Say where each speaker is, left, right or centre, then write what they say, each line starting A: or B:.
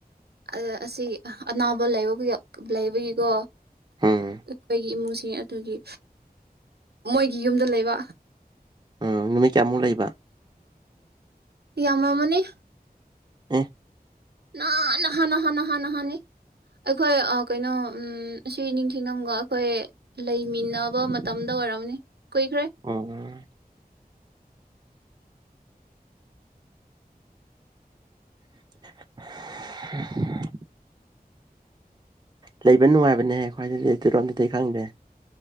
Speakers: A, on the right (about 85°); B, on the right (about 25°).
A: ꯑ ꯑꯁꯤ ꯑꯅꯥꯕ ꯂꯩꯕ ꯂꯩꯕꯒꯤꯀꯣ ꯑꯩꯈꯣꯏꯒꯤ
B: ꯎꯝ
A: ꯏꯃꯨꯡꯁꯤꯡ ꯑꯗꯨꯒꯤ ꯃꯣꯏꯒꯤ ꯌꯨꯝꯗ ꯂꯩꯕ
B: ꯎꯝ ꯅꯨꯃꯤꯠ ꯀꯌꯥꯃꯨꯛ ꯂꯩꯕ
A: ꯏ ꯑꯃꯔ ꯃꯅꯤ <unintelligible>
B: ꯑꯦ
A: ꯍꯥꯟꯅ ꯍꯥꯟꯅ ꯍꯥꯟꯅ ꯍꯥꯟꯅꯤ ꯑꯩꯈꯣꯏ ꯀꯩꯅꯣ ꯑꯁꯤ ꯅꯤꯡꯊꯤꯅꯝꯒ ꯑꯩꯈꯣꯏ ꯂꯩꯃꯤꯟꯅꯕ ꯃꯇꯝꯗ ꯑꯣꯏꯔꯝꯅꯤ
B: ꯑꯣ
A: ꯀꯨꯏꯈ꯭ꯔꯦ
B: <unintelligible> ꯂꯩꯕ ꯅꯨꯡꯉꯥꯏꯕꯅꯦꯍ ꯈ꯭ꯋꯥꯏꯇꯨꯔꯣꯗꯨꯗꯤ ꯈꯪꯗꯦ